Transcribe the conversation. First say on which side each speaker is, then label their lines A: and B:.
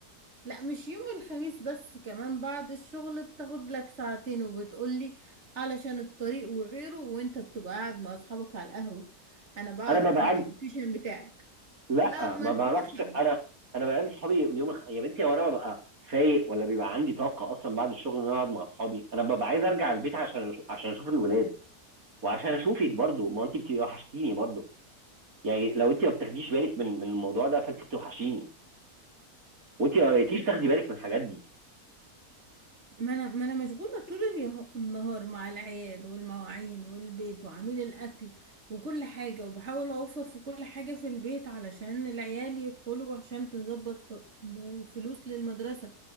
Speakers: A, on the right; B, on the right.
A: لا مش يوم الخميس بس كمان بعد الشغل بتاخد لك ساعتين وبتقولي علشان الطريق وغيره وانت بتبقى قاعد مع اصحابك على القهوة انا بعرف
B: انا ببقى قاعد
A: من اللوكيشن بتاعك
B: لا
A: لا
B: ما
A: ما نحورش
B: بروحش
A: على
B: انا انا بقابل صحابي يوم الخ... يا بنتي هو انا ببقى فايق ولا بيبقى عندي طاقه اصلا بعد الشغل ان انا اقعد مع اصحابي انا ببقى عايز ارجع البيت عشان عشان اشوف الولاد وعشان اشوفك برضو ما انت بتبقي وحشتيني برضو يعني لو انت ما بتاخديش بالك من من الموضوع ده فانت بتوحشيني وانت ما بقيتيش
A: بعض
B: تاخدي بالك من الحاجات دي
A: ما انا ما انا مشغوله طول اليه- النهار مع العيال والمواعين والبيت وعميل الاكل وكل حاجه وبحاول اوفر في كل حاجه في البيت علشان العيال يدخلوا وعشان تظبط ف- ب- فلوس للمدرسه